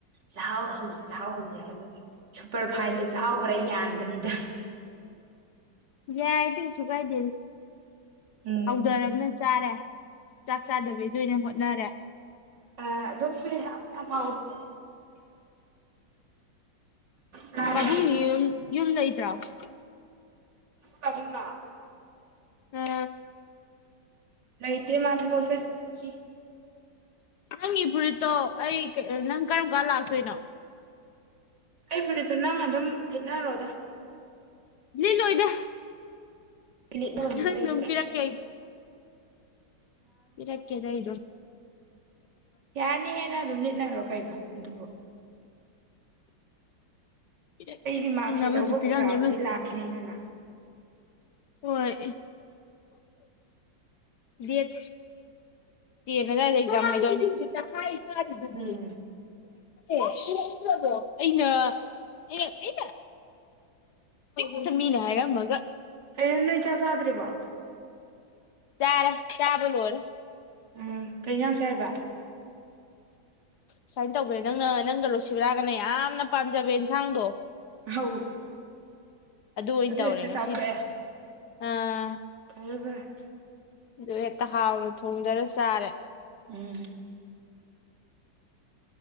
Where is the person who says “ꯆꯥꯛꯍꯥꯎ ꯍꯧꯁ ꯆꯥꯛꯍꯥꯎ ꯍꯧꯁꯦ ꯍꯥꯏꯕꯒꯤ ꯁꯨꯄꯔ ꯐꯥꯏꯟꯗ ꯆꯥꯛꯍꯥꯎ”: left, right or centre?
Right